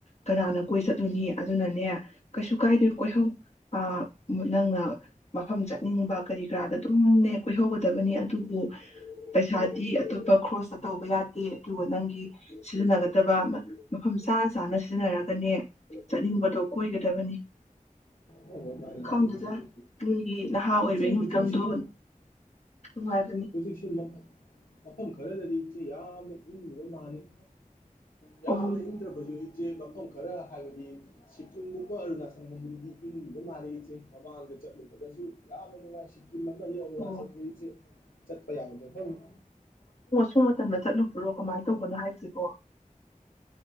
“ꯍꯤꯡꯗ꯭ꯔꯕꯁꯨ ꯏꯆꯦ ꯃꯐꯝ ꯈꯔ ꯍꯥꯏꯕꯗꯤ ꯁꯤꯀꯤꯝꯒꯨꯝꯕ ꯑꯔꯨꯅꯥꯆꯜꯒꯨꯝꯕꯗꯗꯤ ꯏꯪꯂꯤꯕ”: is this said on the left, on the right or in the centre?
Left